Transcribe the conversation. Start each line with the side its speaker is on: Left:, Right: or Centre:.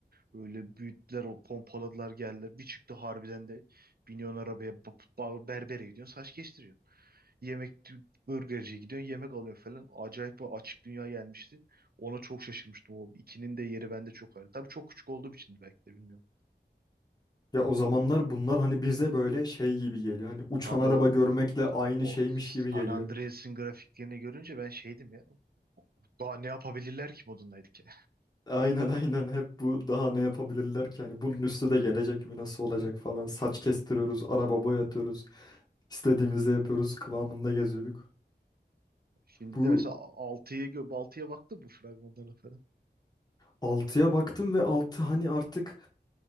Right: Böyle büyüttüler, o pompaladılar geldiler. Bir çıktı harbiden de biniyorsun arabaya, ba- ba- berbere gidiyorsun, saç kestiriyorsun. Yemek burgerciye gidiyorsun, yemek alıyorsun falan. Acayip bir açık dünya gelmişti. Ona çok şaşırmıştım. O ikinin de yeri bende çok ayrı. Tabii çok küçük olduğum için belki de bilmiyorum.
Left: Ya o zamanlar bunlar hani bize böyle şey gibi geliyor. Hani uçan
Right: Abi
Left: araba
Right: o
Left: görmekle aynı
Right: o
Left: şeymiş
Right: San
Left: gibi geliyor.
Right: Andreas'ın grafiklerini görünce ben şeydim ya. Daha ne yapabilirler ki modundaydık ya.
Left: Aynen aynen hep bu daha ne yapabilirler ki? Hani bunun üstü de gelecek mi nasıl olacak
Right: <laughs>
Left: falan. Saç kestiriyoruz, araba boyatıyoruz. istediğimizi yapıyoruz kıvamında geziyorduk.
Right: Şimdi
Left: Bu
Right: de mesela 6'yı gö 6'ya baktı bu fragmanlarına falan.
Left: altıya baktım ve 6 hani artık